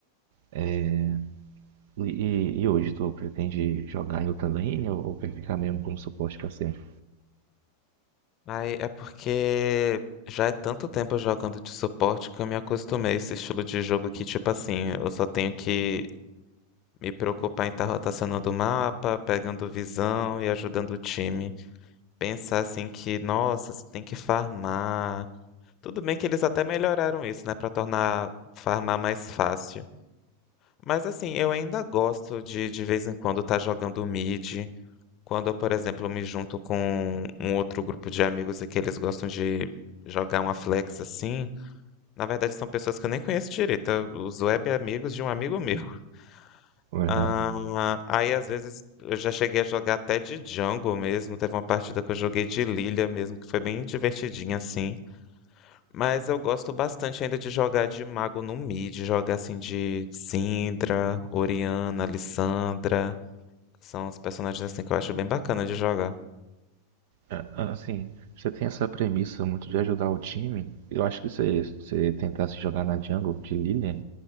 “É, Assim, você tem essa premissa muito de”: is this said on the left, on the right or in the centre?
Right